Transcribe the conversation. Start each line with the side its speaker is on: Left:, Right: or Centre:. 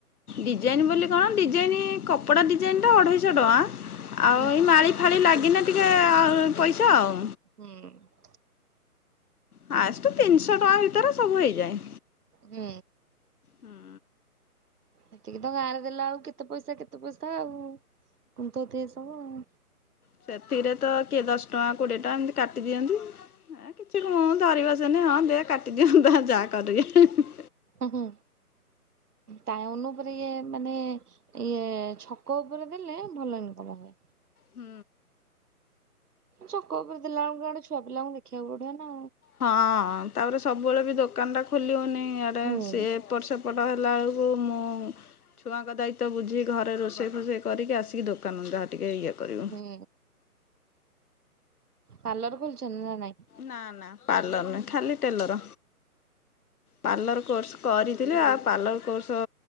Left: ଡିଜାଇନ୍ ବୋଲି କଣ ଡିଜାଇନ୍ କପଡ଼ା ଡିଜାଇନ୍ ତ ଅଢ଼େଇଶହ ଟଙ୍କା। ଆଉ
Right: ହୁଁ
Left: ଏଇ ମାଳି ଫାଳି ଲାଗନେ ଟିକେ ଆଉ ପଇସା ଆଉ।।
Right: ହୁଁ।
Left: ଫାଷ୍ଟେ ତିନିଶହ ଟଙ୍କା ଭିତରେ ସବୁ ହେଇଯାଏ।
Right: ହୁଁ।
Left: ହୁଁ।
Right: ଏତିକି ତ ଗାଁରେ ଦେଲା ବେଳକୁ କେତେ ପଇସା କେତେ ପଇସା ଆଉ କୁନ୍ଥୋଉ ଥିବେ ସବୁ ଆଉ।
Left: ସେତିକିରେ ତ କିଏ ଦଶ ଟଙ୍କା କୋଡ଼ିଏ ଟଙ୍କା ଏମିତି କାଟି ଦିଅନ୍ତି। ଅଁ କିଛି କୁହ ଧରିବସେନି ହଁ ଦେ କାଟିଦିଅ ତା ଯାହା କରିବେ ହୁ ହୁ।
Right: ହୁଁ ହୁଁ ଟାଉନ୍ ଉପରେ ଇଏ ମାନେ ଇଏ ଛକ ଉପରେ ଦେଲେ ଭଲ ଇନକମ୍ ହବ।
Left: ହୁଁ।
Right: ଛକ ଉପରେ ଦେଲା ବେଳକୁ ୟାଡ଼େ ଛୁଆ ପିଲାଙ୍କୁ ଦେଖିବାକୁ ପଡ଼ିବ ନା।
Left: ହଁ ତାପରେ ସବୁବେଳେ ବି ଦୋକାନ ଟା ଖୋଲି ହଉନି ଏଆଡ଼େ
Right: ହୁଁ।
Left: ସେ ଏପଟ ସେପ ପଟ ହେଲା ବେଳକୁ ମୁଁ ଛୁଆଙ୍କ ଦାୟିତ୍ୱ ବୁଝି ଘରେ ରୋଷେଇ ଫୋଷେଇ କରିକି ଆସିକି ଦୋକାନରୁ ଯାହା ଟିକେ ଇଏ କରିବୁ।
Right: ହୁଁ ପାର୍ଲର ଖୋଲିଚନ୍ତି ନା ନାଇଁ?
Left: ନା ନା ପାର୍ଲର ନାଇଁ ଖାଲି ଟେଲର। ପାର୍ଲର କୋର୍ସ କରିଥିଲି ଆଉ ପାର୍ଲର କୋର୍ସ